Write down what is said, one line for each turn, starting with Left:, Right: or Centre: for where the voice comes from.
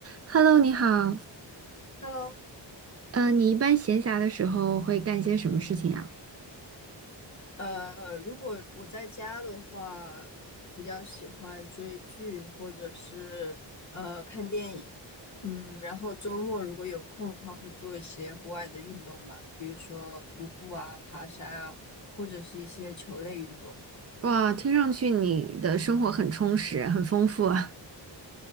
Right: Hello，你好。
Left: Hello，
Right: 嗯，你一般闲暇的时候会干些什么事情呀？
Left: 呃，如果我在家的话，比较喜欢追剧或者是呃看电影，嗯，然后周末如果有空的话，会做一些户外的运动吧，比如说徒步啊、爬山啊，或者是一些球类运动。
Right: 哇，听上去你的生活很充实，很丰富啊。